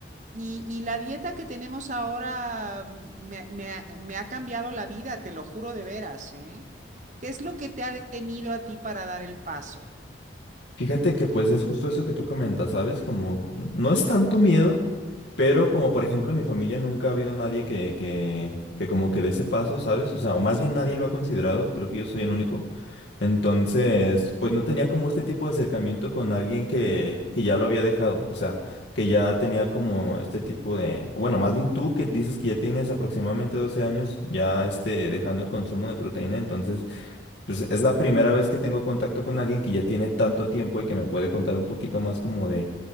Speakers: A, on the right (about 40°); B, on the left (about 75°).
A: Y, y la dieta que tenemos ahora me, me ha me ha cambiado la vida, te lo juro de veras, ¿eh? ¿Qué es lo que te ha detenido a ti para dar el paso?
B: Fíjate que pues es justo eso que tú comentas, ¿sabes? Como n- no es tanto miedo, pero como por ejemplo en mi familia nunca ha habido nadie que, que, que como que dé ese paso, ¿sabes? O sea, o más bien nadie lo ha considerado, creo que yo soy el único. Entonces, pues no tenía como este tipo de acercamiento con alguien que, que ya lo había dejado, o sea, que ya tenía como este tipo de, o bueno, más bien tú que dices que ya tienes aproximadamente 12 años ya este, dejando el consumo de proteína, entonces... Pues es la primera vez que tengo contacto con alguien que ya tiene tanto tiempo y que me puede contar un poquito más como de